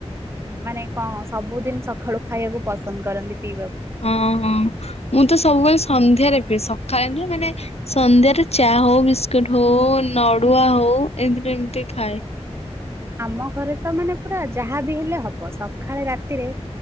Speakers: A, on the right; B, on the left.
A: ମାନେ କଣ ସବୁଦିନ ସକାଳୁ ଖାଇବାକୁ ପସନ୍ଦ କରନ୍ତି ପିଇବା
B: ହଁ ହଁ ମୁଁ ତ ସବୁବେଳେ ସନ୍ଧ୍ୟାରେ ପିଏ। ସକାଳେ ନୁହେଁ ମାନେ ସନ୍ଧ୍ୟାରେ ଚା ହୋଉ ବିସ୍କୁଟ ହୋଉ ନଡୁଆ ହୋଉ ଏମତି ଏମିତି ଖାଏ।
A: ଆମ ଘରେ ତ ମାନେ ପୁରା ଯାହାବି ହେଲେ ହବ ସଖାଳେ ରାତିରେ